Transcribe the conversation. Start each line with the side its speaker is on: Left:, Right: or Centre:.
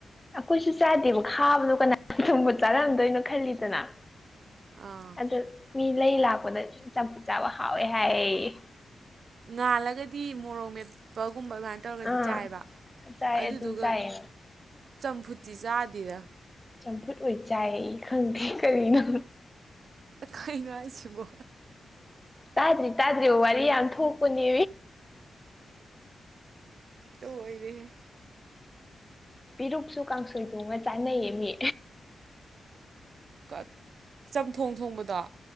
Left: ꯑꯩꯈꯣꯏꯖꯨ ꯆꯥꯗꯦꯕ ꯈꯥꯕꯗꯣ ꯀꯅꯥ ꯊꯣꯡꯕ ꯆꯥꯔꯝꯗꯣꯏꯅꯣ ꯈꯜꯂꯤꯗꯅ
Right: ꯑꯥ
Left: ꯑꯗꯨ ꯃꯤ ꯂꯩꯔ ꯂꯥꯛꯄꯗ ꯆꯝꯐꯨꯠ ꯆꯥꯕ ꯍꯥꯎꯋꯦ ꯍꯥꯏꯌꯦ
Right: ꯉꯥꯜꯂꯒꯗꯤ ꯃꯣꯔꯣꯛ ꯃꯦꯠꯄꯒꯨꯝꯕ ꯑꯗꯨꯃꯥꯏꯅ ꯇꯧꯔꯒꯗꯤ
Left: ꯑꯥ
Right: ꯆꯥꯏꯕ
Left: ꯆꯥꯏ
Right: ꯑꯗꯨꯗꯨꯒ
Left: ꯑꯗꯨ ꯆꯥꯏꯌꯦ
Right: ꯆꯝꯐꯨꯠꯇꯤ ꯆꯥꯗꯦꯔ
Left: ꯆꯝꯐꯨꯠ ꯑꯣꯏ ꯆꯥꯏ ꯑꯩ ꯈꯪꯗꯦ ꯀꯔꯤꯅꯣ
Right: ꯀꯩꯅꯣ ꯍꯥꯏꯁꯤꯕꯣ
Left: ꯇꯥꯗ꯭ꯔꯤ ꯇꯥꯗ꯭ꯔꯤꯔꯤꯕ ꯋꯥꯔꯤ ꯌꯥꯝ ꯊꯣꯛꯄꯅꯦ
Right: ꯂꯣꯏꯔꯦ ꯍꯦ
Left: ꯄꯤꯔꯨꯛꯁꯨ ꯀꯥꯡꯁꯣꯏ ꯊꯣꯡꯉ ꯆꯥꯅꯩꯌꯦ ꯃꯤ
Right: ꯀꯠ ꯆꯝꯊꯣꯡ ꯊꯣꯡꯕꯗꯣ